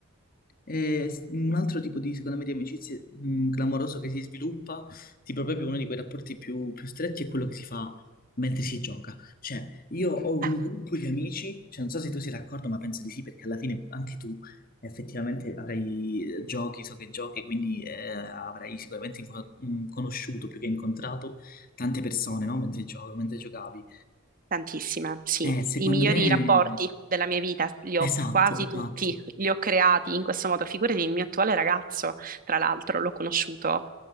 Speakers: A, on the left; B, on the right.
A: E s- un altro tipo di, secondo me, di amicizie mh, clamoroso che si sviluppa, tipo proprio uno di quei rapporti più, più stretti, è quello che si fa mentre si gioca. Cioè, io ho un
B: Eh,
A: gruppo di amici, cioè, non so se tu sei d'accordo, ma penso di sì, perché alla fine anche tu effettivamente avrai eh, giochi, so che giochi, quindi eh, avrai sicuramente inco- mh, conosciuto più che incontrato tante persone, no? Mentre gio- mentre giocavi.
B: tantissime, sì.
A: Eh, secondo
B: I migliori
A: me,
B: rapporti della mia vita li
A: esatto,
B: ho quasi
A: esatto.
B: tutti, li ho creati in questo modo. Figurati, il mio attuale ragazzo, tra l'altro, l'ho conosciuto